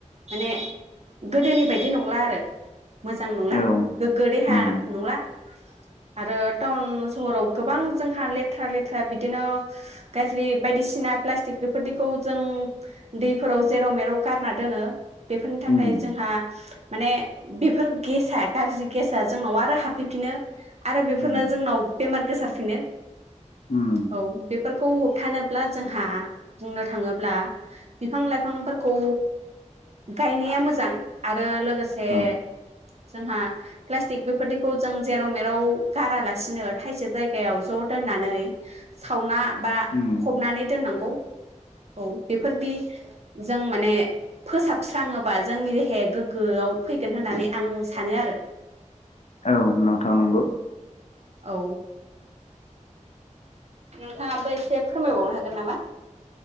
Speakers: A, on the right (about 55°); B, on the left (about 60°).
A: माने गोदोनि बायदि नंला आरो। मोजां नंला
B: औ
A: गोग्गो देहा
B: उम
A: नंला। आरो टाउन सहराव गोबां जोंहा लेथ्रा लेथ्रा बिदिनो गाज्रि बायदिसिना प्लास्टिक बेफोरदिखौ जों दैफोराव जेराव मेराव गारना दोनो। बेफोरनि थाखाय
B: उम
A: जोंहा माने बेफोर गेसआ गाज्रि गेसा जोंनाव आरो हाबफैफिनो। आरो बेफोरनो
B: उम
A: जोंनाव बेमार गोसारफिनो।
B: उम
A: औ बेफोरखौ होबथानो ब्ला जोंहा बुंनो थाङोब्ला बिफां-लाइफांफोर खौ गायनाया मोजां आरो लोगोसे
B: औ
A: जोंहा प्लास्टिक बेफोरदिखौ जों जेराव मेराव गारालासिनो थाइसे जायगायाव ज' दोननानै सावना बा
B: उम
A: फबनानै दोननांगौ। औ बेफोरदि जों माने फोसाबस्राङोबा जोंनि देहाया गोग्गोआव फैगोन होननानै आं सानो आरो।
B: औ नोंथां नंगौ
A: औ। नोंथाङाबो एसे फोरमायबावनो हागोन नामा?